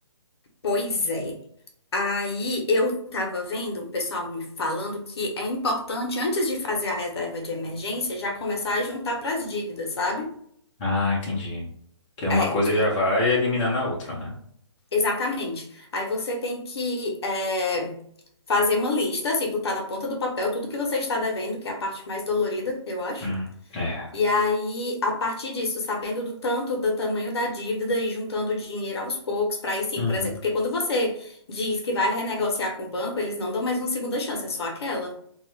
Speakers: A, on the left; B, on the left.
A: Pois é. Aí eu tava vendo o pessoal me falando que é importante, antes de fazer a reserva de emergência, já começar a juntar pras dívidas, sabe?
B: Ah, entendi. Que uma
A: É,
B: coisa
A: tipo,
B: já vai eliminando a outra, né?
A: exatamente. Aí você tem que é, fazer uma lista, assim, botar na ponta do papel tudo que você está devendo, que é a parte mais dolorida, eu acho.
B: Hum, é.
A: E aí, a partir disso, sabendo do tanto do tamanho da dívida e juntando dinheiro aos poucos, para aí sim,
B: Uhum.
A: por exemplo, porque quando você diz que vai renegociar com o banco, eles não dão mais uma segunda chance, é só aquela.